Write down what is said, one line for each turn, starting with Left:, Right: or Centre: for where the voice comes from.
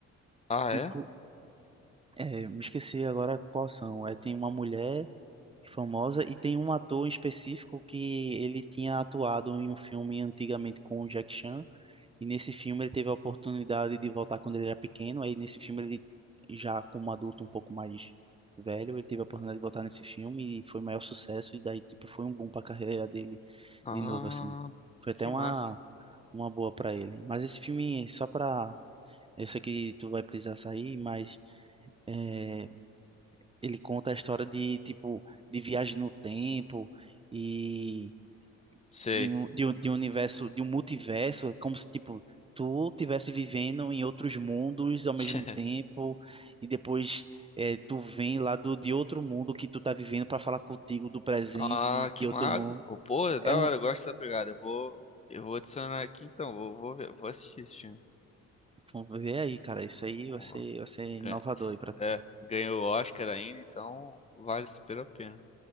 Left: Ah, é?
Right: Inclu- é, me esqueci agora quais são. É, tem uma mulher famosa e tem um ator em específico que ele tinha atuado em um filme antigamente com o Jack Chan. E nesse filme ele teve a oportunidade de voltar quando ele era pequeno. Aí nesse filme ele já como adulto um pouco mais velho, ele teve a oportunidade de voltar nesse filme e foi o maior sucesso e daí tipo foi um boom para a carreira dele
Left: Ah,
Right: de novo assim. Foi até
Left: que
Right: uma
Left: massa.
Right: uma boa para ele. Mas esse filme só para eu sei que tu vai precisar sair, mas é, ele conta a história de tipo de viagem no tempo e
Left: Sei.
Right: de um, de um, de um universo, de um multiverso, é como se, tipo, tu tivesse vivendo em outros mundos ao mesmo
Left: <laughs>
Right: tempo, e depois eh, tu vem lá do, de outro mundo que tu tá vivendo para falar contigo do presente
Left: Ah, que
Right: de
Left: massa.
Right: outro mundo.
Left: Pô, pô, é da
Right: É uma...
Left: hora, eu gosto dessa pegada. Eu vou, eu vou adicionar aqui então, vou, vou ver, vou assistir esse filme.
Right: Vamos ver aí, cara. Isso aí
Left: Pô,
Right: vai ser, vai ser inovador
Left: ganha-
Right: aí pra tu.
Left: é, ganhou o Oscar ainda, então vale super a pena.